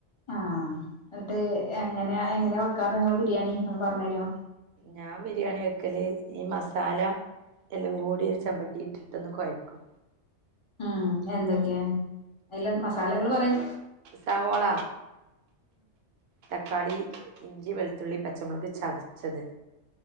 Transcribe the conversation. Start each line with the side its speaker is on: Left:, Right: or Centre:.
Left: ആഹ് എന്നിട്ട് എങ്ങനാ എങ്ങനെയ വെക്കാറ് നിങ്ങള് ബിരിയാണി ഒന്ന് പറഞ്ഞഞ് തരുമോ
Right: ഞാൻ ബിരിയാണി വെക്കല് ഈ മസാല എല്ലാം കൂടി ഒരു
Left: ഉം
Right: ചമ്പട്ടിട്ടി <unintelligible>
Left: ഉം എന്തൊക്കെയാ അയ്‌ല് മസാലകൾ പറയിം.
Right: സാവോള. തക്കാളി ഇഞ്ചി വെളുത്തുള്ളി പച്ചമുളക് ചതച്ചത്.